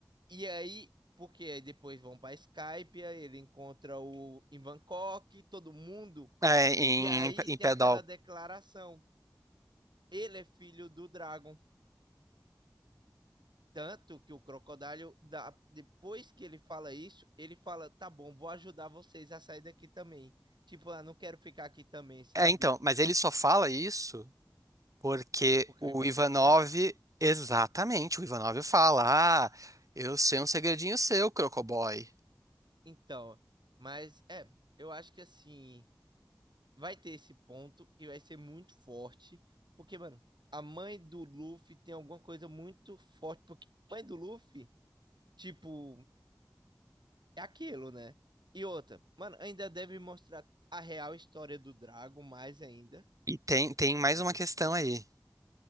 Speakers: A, on the right (about 75°); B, on the right (about 45°).
A: E aí, porque aí depois vão pra Skype, ele encontra o em Bangkok, todo mundo.
B: é, em,
A: E aí
B: em
A: tem
B: Pedal.
A: aquela declaração. Ele é filho do Dragon. Tanto que o Crocodile, dá- depois que ele fala isso, ele fala: tá bom, vou ajudar vocês a sair daqui também. Tipo, ah, não quero ficar aqui também, sabe?
B: É, então, mas ele só fala isso Porque
A: Porque
B: o
A: o Invacock
B: Ivanov,
A: ameaça.
B: exatamente, o Ivanov fala: Ah, eu sei um segredinho seu, Crocoboy.
A: Então, mas é, eu acho que assim, vai ter esse ponto que vai ser muito forte. Porque, mano, a mãe do Luffy tem alguma coisa muito forte. Porque a mãe do Luffy, tipo, é aquilo, né? E outra, mano, ainda deve mostrar a real história do Drago mais ainda.
B: E tem, tem mais
A: Porque é
B: uma
A: uma
B: questão
A: his-
B: aí: